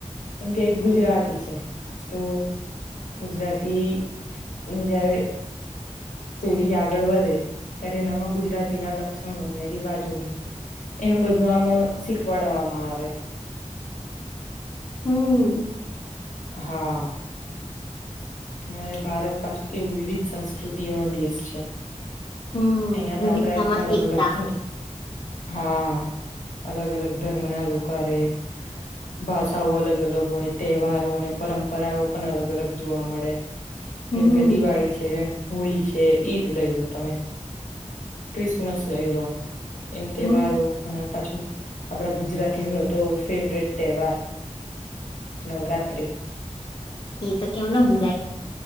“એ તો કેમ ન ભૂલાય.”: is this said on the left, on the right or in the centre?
Left